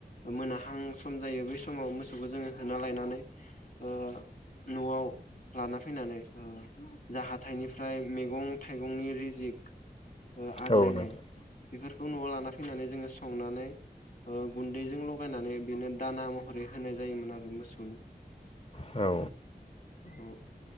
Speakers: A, on the left (about 60°); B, on the left (about 35°).
A: मोनाहां सम जायो बै समाव मोसौखौ जोङो होना लायनानै ओ न'आव लाना फैनानै ओ जा हाथाइनिफ्राय मैगं थाइगंनि रिजिक ओ आग्लायनाय
B: औ नोंथां
A: बेफोरखौ न'आव लाना फैनानै जोङो संनानै ओ गुन्दैजों लगायनानै बेनो दाना महरै होनाय जायोमोन आरो मोसौनो।
B: औ
A: उम